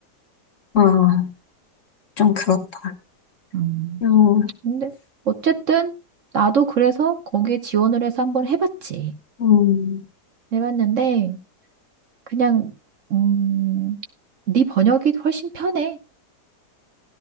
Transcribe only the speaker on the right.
음.
근데 어쨌든 나도 그래서 거기에 지원을 해서 한번 해봤지.
해봤는데 그냥 음, 네 번역이 훨씬 편해.